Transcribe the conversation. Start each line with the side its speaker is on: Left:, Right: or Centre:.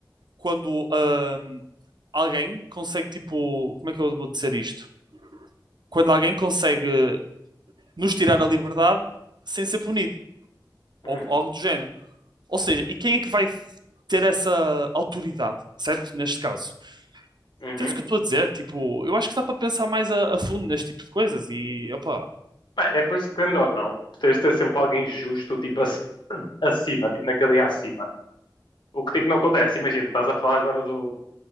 Right: quando ahm, alguém consegue, tipo, como é que eu vou dizer isto? Quando alguém consegue nos tirar a liberdade sem ser punido, ou
Left: Hum,
Right: algo do género. Ou seja, e quem é que vai ter essa autoridade, certo? Neste caso.
Left: uhum.
Right: Entendes o que eu estou a dizer? Tipo, eu acho que dá para pensar mais a, a fundo neste tipo de coisas e, opa,
Left: Bem, É por isso que, querendo ou não, tu tens de ter sempre alguém justo, tipo, ac- <clears throat> acima, tipo, na cadeia acima. O que, tipo, não acontece, imagina, estás a falar agora do